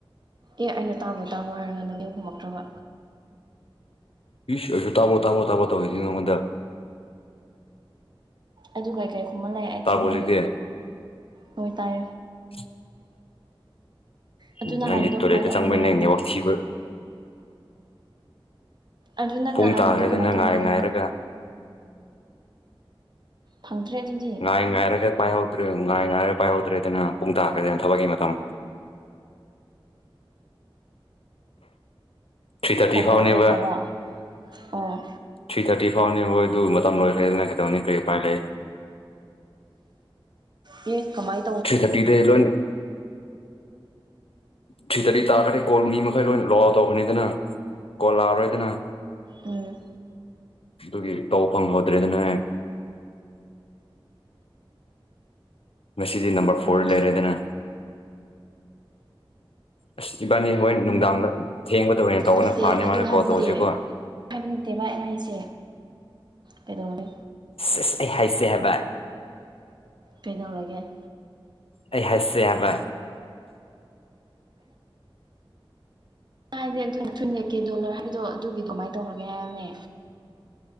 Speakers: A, on the right; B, on the left.
A: ꯑꯦ ꯑꯩꯅ ꯇꯥꯕ꯭ꯔꯣ ꯇꯥꯕ꯭ꯔꯣ ꯍꯥꯏꯔꯒ ꯅ ꯌꯦꯡ ꯈꯨꯝꯃꯛꯇ꯭ꯔꯒ
B: ꯌ ꯑꯩꯁꯨ ꯇꯕꯣ ꯇꯥꯕꯣ ꯇꯥꯕꯣ ꯇꯧꯋꯏꯁꯤ ꯅꯉꯣꯟꯗ
A: ꯑꯗꯨꯒ ꯀꯩ ꯈꯨꯝꯃ ꯂꯩ ꯑꯩ
B: ꯇꯥꯔꯕꯣ
A: ꯊꯤꯕ
B: ꯍꯧꯖꯤꯛꯇꯤ
A: ꯍꯣꯏ ꯇꯥꯏ
B: <inaudible>
A: ꯑꯗꯨ
B: ꯎ
A: ꯅꯍꯥꯟꯒꯤꯗꯣ
B: ꯅꯪꯒꯤ
A: ꯀꯃꯥꯏꯅ
B: ꯇꯣꯔꯦꯇ
A: ꯇꯧꯈ꯭ꯔꯒꯦ
B: ꯆꯪꯕꯩ ꯅꯩꯋꯥ
A: ꯍꯥꯏꯕꯅꯦ
B: <unintelligible>
A: ꯑꯗꯨ ꯅꯪ
B: ꯄꯨꯡ
A: ꯅꯍꯥꯟꯒꯤꯗꯣ
B: ꯇꯥꯈ꯭ꯔꯦꯗꯅ
A: ꯀꯃꯥꯏꯅ ꯇꯧꯔꯒꯦ
B: ꯉꯥꯏ ꯉꯥꯏꯔꯒ
A: ꯍꯥꯏꯅꯤ ꯐꯪꯗ꯭ꯔꯦ ꯑꯗꯨꯗꯤ
B: ꯉꯥꯏ ꯉꯥꯏꯔꯒ ꯄꯥꯏꯍꯧꯗ꯭ꯔꯦ ꯉꯥꯏ ꯉꯥꯏꯔꯒ ꯄꯥꯏꯍꯧꯗ꯭ꯔꯦꯗꯅ ꯄꯨꯡ <unintelligible> ꯊꯕꯛꯀꯤ ꯃꯇꯝ ꯊ꯭ꯔꯤ ꯊꯥꯔꯇꯤ
A: ꯑꯣꯐꯔ
B: ꯐꯥꯎꯅꯦꯕ
A: ꯑꯣꯏꯈ꯭ꯔꯕ ꯑꯣ
B: ꯊ꯭ꯔꯤ ꯊꯥꯔꯇꯤ ꯐꯥꯎꯅꯤ ꯍꯣꯏ ꯑꯗꯨ ꯃꯇꯝ ꯂꯣꯏꯈ꯭ꯔ‌ꯦꯗꯅ ꯀꯩꯗꯧꯅꯤ ꯀꯔꯤ ꯎꯄꯥꯏ ꯂꯩ
A: ꯑ‌ꯦ ꯀꯃꯥꯏ
B: ꯊ꯭ꯔꯤ ꯊꯥꯔꯇꯤꯗꯩ ꯂꯣꯏꯅ ꯊꯔꯤ ꯊꯥꯔꯠꯇꯤ ꯇꯥꯒ꯭ꯔꯗꯤ ꯕꯨꯜ ꯃꯤ ꯃꯈꯩ ꯂꯣꯏ ꯅꫭꯛ ꯑꯋꯥꯠ ꯇꯧꯈ꯭ꯔꯅꯤꯗꯅ ꯀꯣꯜꯂꯥꯑꯔꯣꯏꯗꯅ
A: ꯎꯝ
B: ꯑꯗꯨꯒꯤ ꯇꯧꯕ ꯐꯪ <unintelligible> ꯍꯧꯗ꯭ꯔꯦ ꯑꯗꯨꯅꯅꯦ ꯉꯁꯤꯗꯤ ꯅꯝꯕꯔ ꯐꯣꯔꯗ
A: ꯎꯝ
B: ꯂꯩꯔꯦꯗꯅ ꯑꯁ ꯏꯕꯥꯅꯤ ꯍꯣꯔ‌ꯦꯟ ꯅꯨꯡꯗꯥꯡꯗ ꯊꯦꯡꯕꯗ ꯑꯣꯏꯅ ꯇꯧꯕꯅ
A: ꯅꯠꯇꯦ
B: ꯐꯥꯅꯤ
A: ꯑꯗꯨ
B: ꯍꫭꯔ‌ꯦꯟ
A: ꯍꯥꯏꯕ
B: ꯀꯣꯜ ꯇꯧꯕꯁꯤꯀꯣ
A: ꯅꯠꯇꯦ ꯍꯥꯏꯕ ꯅꯠꯇꯦꯕ ꯑꯩꯩꯅ ꯑꯩꯁꯦ ꯀꯩꯗꯧꯔꯦ
B: ꯑꯁ ꯑꯩ ꯍꯥꯏꯁꯦ ꯍꯥꯏꯕ
A: ꯀꯩꯗꯧꯔꯒꯦ
B: ꯑꯩ ꯍꯥꯏꯁꯦ ꯍꯥꯏꯕ
A: ꯑꯩꯅꯥ ꯍꯥꯏꯗꯤ ꯑꯗꯨꯅ ꯊꯨꯟ ꯂꯛꯀꯦ <unintelligible> ꯗꯣꯂꯔ ꯍꯥꯏꯕꯗꯣ ꯑꯗꯨꯒꯤ ꯀꯃꯥꯏꯅ ꯇꯧꯔꯒꯦ ꯍꯥꯏꯕꯅꯦ